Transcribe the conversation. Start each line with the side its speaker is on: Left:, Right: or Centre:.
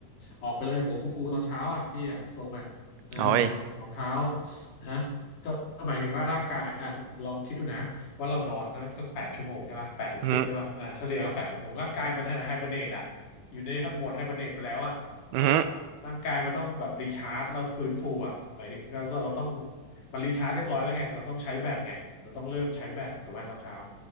Left: ออกไปเลยหัวฟูๆตอนเช้าอ่ะพี่อ่ะทรงอ่ะเออ
Right: โอ้ย
Left: รองเท้าฮะก็ก็หมายถึงว่าร่างกายอ่ะลองคิดดูนะว่าเรานอนนั่นตั้งแปดชั่วโมงใช่ป่ะแปดถึงสิบใช่ป่ะอ่าเฉลี่ยก็แปดชั่วโมงร่างกายมันไฮเบอร์เนตอ่ะอยู่ในโหมดไฮเบอร์เนตไปแล้วอ่ะใช่ป่ะร่างกายมันต้องแบบรีชาร์จแล้วฟื้นฟูอ่ะหมายถึงเราเราต้อง
Right: อือฮึอือฮึ
Left: มันรีชาร์จเรียบร้อยแล้วไงเราต้องใช้แบตไงเราต้องเริ่มใช้แบตถูกไหมตอนเช้า